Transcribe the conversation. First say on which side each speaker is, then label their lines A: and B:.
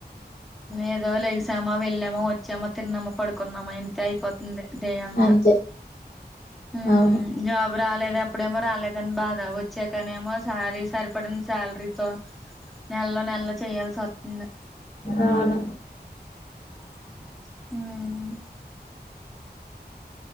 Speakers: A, in the centre; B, on the left.
A: ఏదో లెగసామా వెళ్ళామా వచ్చామ తిన్నామా పడుకున్నామా ఇంతే అయిపోత ఉందే దే అంత
B: అంతే
A: హు
B: అవును
A: జాబ్ రాలేదు అప్పుడేమో రాలేదని బాధ వచ్చా నేనే మో సారి సార్ పడింది శాలరీతో నెల్లో నెల్లో చేయాల్సి వస్తుంది
B: అవును
A: హు హు